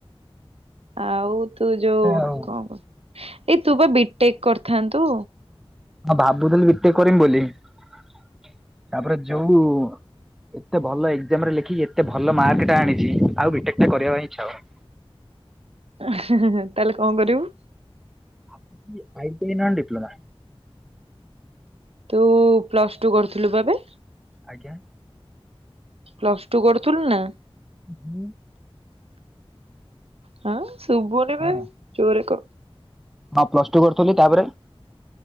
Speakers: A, on the right (about 80°); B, in the centre.
A: ଆଉ ତୁ ଯୋଉ
B: ଆଉ
A: କଣ କ ଏଇ ତୁ ବା ବିଟେକ୍ କରିଥାନ୍ତୁ?
B: ହଁ ଭାବୁଥିଲ ବିଟେକ୍ କରିମି ବୋଲି ତାପରେ ଯୋଉ ଏତେ ଭଲ ଏକ୍ଜାମ ରେ ଲେଖିକି ଏତେ ଭଲ ମାର୍କଟା ଆଣିଛି ଆଉ ବିଟେକ ଟା କରିବା ପାଇଁ ଇଚ୍ଛା ହଉନି।
A: ତାହେଲେ କଣ କରିବୁ?
B: ଆଇ ଟି ଆଇ ନହନେ ଡିପ୍ଲୋମା।
A: ତୁ ପ୍ଲସ ଟୁ କରୁଥୁଲୁ ବା ବେ।
B: ଆଜ୍ଞା
A: ପ୍ଲସ ଟୁ କରୁଥୁଲୁ ନା?
B: ହୁଁ?
A: ହଁ ସୁବୁନି
B: ହଁ।
A: ବେ ଜୋରେ କହ।
B: ହଁ ପ୍ଲସ ଟୁ କରୁଥିଲି ତାପରେ?